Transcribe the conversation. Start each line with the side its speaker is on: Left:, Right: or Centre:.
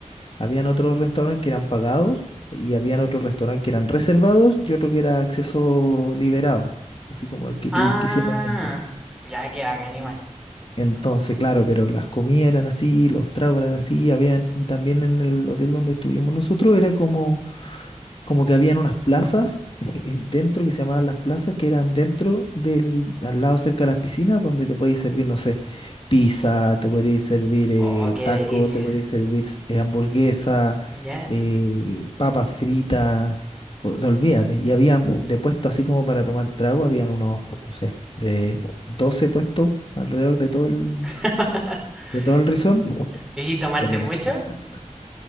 Left: Habían otros restaurantes que eran pagados y habían otros restaurantes que eran reservados y otro que era acceso liberado, así como el que,
Centre: Ah,
Left: qui- quisiera entrar.
Centre: ya, qué bacán igual.
Left: Entonces, claro, pero las comidas eran así, los tragos eran así, habían, y también en el hotel donde estuvimos nosotros era como, como que habían unas plazas <laughs> dentro que se llamaban las plazas, que eran dentro del, al lado cerca de las piscinas, donde te podías servir, no sé, pizza, te podías servir eh,
Centre: Oh, qué
Left: taco,
Centre: delicia.
Left: te podías servir eh, hamburguesa,
Centre: Ya.
Left: eh, papas fritas, o- no, olvídate. Y habían de puesto así como para tomar trago, habían unos, no sé, de 12 puestos alrededor de todo el,
Centre: <laughs>
Left: de todo el rizón,
Centre: ¿Y tomaste
Left: pero era
Centre: mucho?
Left: espectacular.